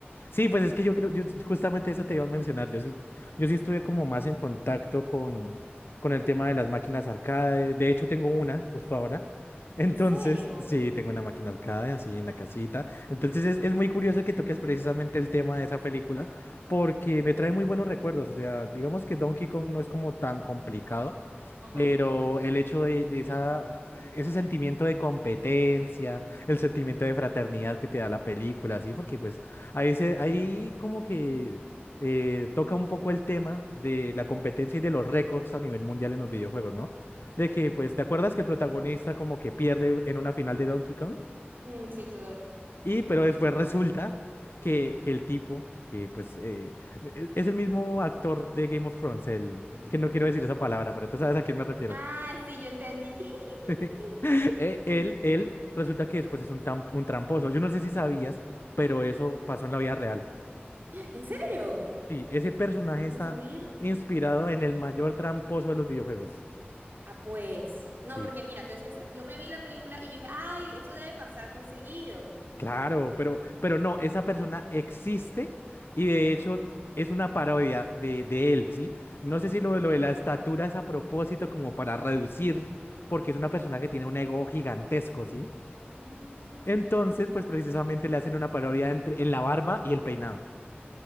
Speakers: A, on the left; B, on the right.
A: Sí, pues es que yo creo, yo justamente eso te iba a mencionar. Yo sí, yo sí estuve como más en contacto con, con el tema de las máquinas arcade. De hecho, tengo una justo ahora. <laughs> Entonces,
B: ¿En serio?
A: sí, tengo una máquina arcade así en
B: No.
A: la casita. Entonces, es, es muy curioso que toques precisamente el tema de esa película porque me trae muy buenos recuerdos. O sea, digamos que Donkey Kong no es como tan complicado.
B: Ajá.
A: Pero el hecho de, de esa, ese sentimiento de competencia, el sentimiento de fraternidad que te da la película, ¿sí? Porque pues Ahí, se, ahí como que eh, toca un poco el tema de la competencia y de los récords a nivel mundial en los videojuegos, ¿no? De que, pues, ¿te acuerdas que el protagonista como que pierde en una final de Donkey Kong?
B: Mm, sí, total.
A: Y pero después <laughs> resulta que, que el tipo, que pues eh, e- es el mismo actor de Game of Thrones, el,
B: <laughs>
A: es que no quiero decir esa palabra, pero tú sabes a quién me refiero.
B: Ah, sí, yo entendí. <laughs>
A: <laughs> Eh, Él, él resulta que después es un, tam- un tramposo. Yo no sé si sabías, pero eso pasó en la vida real.
B: ¿En serio?
A: Sí, ese personaje
B: No
A: está
B: sabía.
A: inspirado en el mayor tramposo de los videojuegos.
B: Ah, pues. No,
A: Sí,
B: porque mira, te voy a ser sincera. Yo me vi la película y yo dije, ay, eso debe pasar muy seguido.
A: claro, pero, pero no, esa persona existe y de hecho es una parodia de, de él, ¿sí? No
B: Ah.
A: sé si lo, lo de la estatura es a propósito como para reducir, porque es una persona que tiene un ego gigantesco, ¿sí?
B: ah.
A: Entonces, pues precisamente le hacen una parodia entre, en la barba y el peinado.